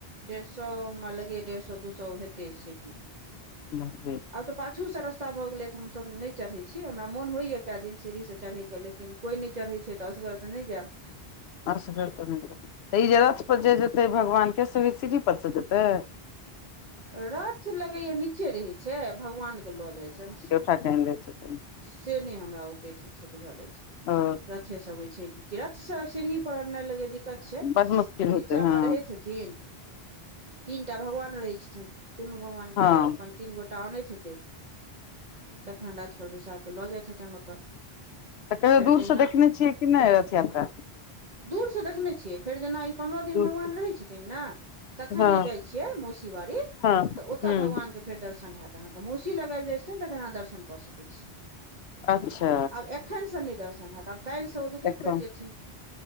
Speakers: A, on the right; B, on the left.
A: डेढ़ सए हमरा लगै डेढ़ सए दू सए हेतै सीढ़ी।
B: न
A: आब तऽ पाछूसँ रस्ता भऽ गेलै तऽ हमसभ नहि चढ़ै छी, हमरा मोन होइए कए दिन सीढ़ीसँ चढ़ैके, लेकिन कोइ नहि चढ़ै छै तऽ असगर तऽ नहि जायब।
B: अऽ तऽ ई जे रथपर जे जेतै भगवानके, से ओ सीढ़ीपरसँ जेतै।
A: रथ लगैए नीचे रहैत छै। भगवानके लऽ जाइत छै।
B: त
A: से नहि, हमरा ओते ठीकसँ बुझल अछि।
B: ओ
A: सभ होइ छै, केकरा सीढ़ीपर ने लगे दऽ? दिक्कत छै,
B: बड मुश्किल हेतै
A: नीचामे
B: हँ
A: रहैत हेथिन। तीन टा भगवान रहै छथिन, तीनू भगवानके
B: हँ
A: अपन तीन गोटा। टानैत हेतै तऽ खण्डा थोर बैसा कऽ लऽ जाइत हेतै ओतऽ।
B: तऽ कहियो
A: आ फेर
B: दूर
A: तहिना
B: से देखने छियै कि नहि रथ यात्रा?
A: दूर से देखने छियै फेर जेना। पन्द्रह दिन
B: दूर
A: भगवान रहै छथिन, ने तखन
B: हँ
A: जे जाइ छियै मौसी बाड़ी तऽ
B: हँ
A: ओतय
B: हूँ
A: भगवानके फेर दर्शन होइ छै, अहाँके मौसी लग आबि जाइत छथिन, तखन अहाँ दर्शन कऽ सकै छी।
B: अच्छा
A: आब एखन से नहि दर्शन होयत, आब काल्हिसँ ओ दुखित
B: देखब
A: पड़ि जेथिन।